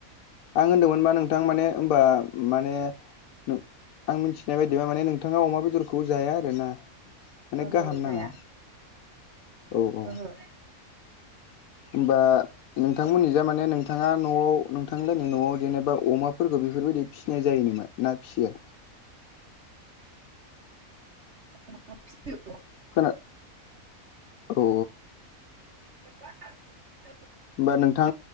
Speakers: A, on the left; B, on the right.
A: आं होन्दोंमोन मा नोंथां माने होमबा माने नों आं मिनथिनाय बायदिबा माने नोंथाङा अमा बेदरखौ जाया आरो ना माने
B: ओहो
A: गाहाम
B: जाया
A: नाङा औ औ
B: ओहो
A: होमबा नोंथांमोननि जा माने नोंथाङा न'आव नोंथांलाहानि न'आव जेनेबा अमाफोरखो बेफोरबायदि फिसिनाय जायो? ना फियो।
B: औ ना फियो।
A: खोना औ औ
B: <inaudible>
A: होबा नोंथां